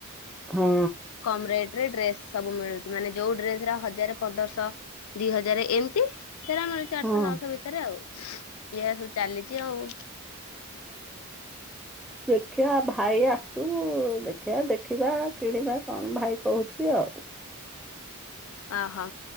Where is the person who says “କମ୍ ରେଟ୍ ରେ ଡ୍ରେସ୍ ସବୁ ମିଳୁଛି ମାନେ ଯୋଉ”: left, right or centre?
Left